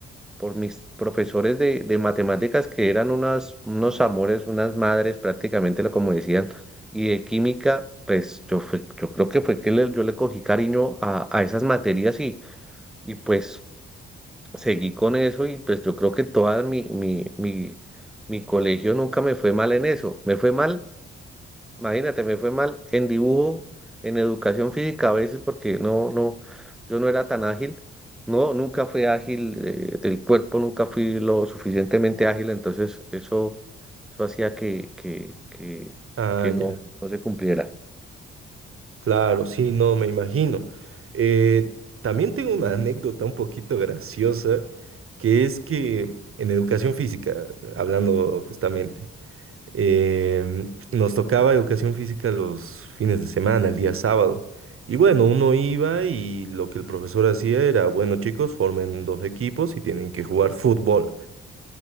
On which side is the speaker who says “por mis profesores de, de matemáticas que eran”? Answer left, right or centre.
Centre